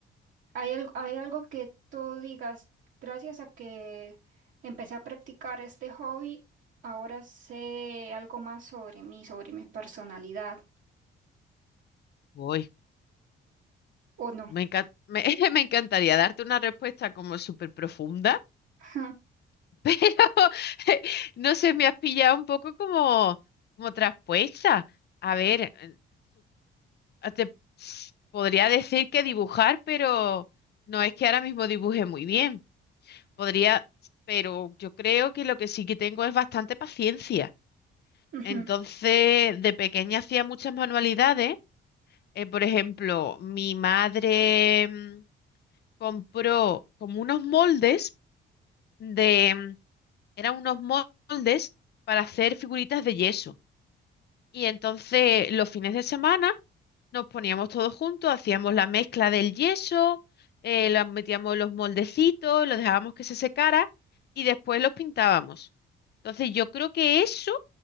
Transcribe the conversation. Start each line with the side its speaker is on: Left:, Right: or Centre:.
Right: hay, al- hay algo que tú digas, gracias a que empecé a practicar este hobby, ahora sé algo más sobre mí, sobre mi personalidad,
Left: voy.
Right: ¿o no?
Left: Me encan- <laughs> me, me encantaría darte una respuesta como súper profunda,
Right: <laughs>
Left: <laughs> pero <laughs> no sé, me has pillado un poco como, como traspuesta. A ver, eh, Ah, Te podría decir que dibujar, pero no es que ahora mismo dibuje muy bien. Podría, pero yo creo que lo que sí que tengo es bastante paciencia.
Right: Ujú.
Left: Entonces, de pequeña hacía muchas manualidades. Eh, por ejemplo, mi madre mm, compró como unos moldes de, mm, eran unos moldes para hacer figuritas de yeso. Y entonces, los fines de semana Nos poníamos todos juntos, hacíamos la mezcla del yeso, eh, la metíamos en los moldecitos, lo dejábamos que se secara y después los pintábamos. Entonces yo creo que eso